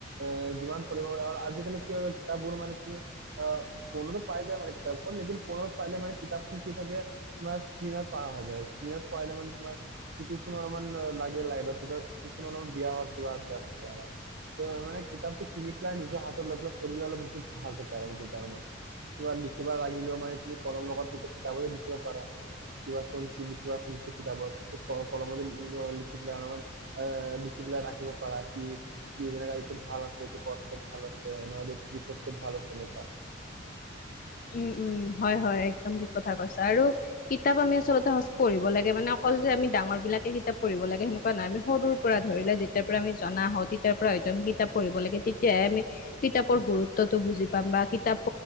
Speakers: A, on the right; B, on the left.
A: এ যিমান পঢ়িব পৰা আৰ আজিকালি কি হৈ গ'ল কিতাপ বোৰ মানে তুমি আহ ফোনটো পাই যায় মানে কিতাপখন লেকিন ফোনত পাইলে মান কিতাপখন কি থাকে তোমাৰ স্ক্ৰীণত পাহা হৈ যায়, স্ক্ৰীণত পাইলে মানে তোমাৰ চুকুখনত আমান লাগে লাইদত তেতিয়া চুকুখন অলপ বিয়া হোৱাৰ কিবা আছে আমাৰ। ত মানে কিতাপটো কিনি পেলাই নিজৰ হাতত লৈ পেলাই পঢ়িলে বেছি ভাল থাকে আৰু তাৰমানে। কিবা লিখিবা লাগিলেও মানে তুমি কলম লগত তেতিয়া কিতাপতে লিখিব পাৰা। কিবা কোন কি লিখিৱা খুজিছে কিতাপত ক কলমতে লিখি পেলাই অলপমান এ লিখি পেলাই ৰাখিব পাৰা কি কি যেনেকা এইটো ভাল আছে এইটো কথাটো ভাল আছে নহলে এই বিষয়টো ভাল আছে এনেকুৱা।
B: উম উম হয় হয় একদম ঠিক কথা কৈছা আৰু কিতাপ আমি আচলতে পঢ়িব লাগে মানে অকল যে আমি ডাঙৰবিলাকে কিতাপ পঢ়িব লাগে সেনেকুৱা নহয়, আমি সৰু পৰা ধৰিলে যেতিয়াৰ পৰা আমি জনা হওঁ, তেতিয়াৰ পৰা হয়তো আমি কিতাপ পঢ়িব লাগে তেতিয়াহে আমি কিতাপৰ গুৰুত্বটো বুজি পাম বা কিতাপ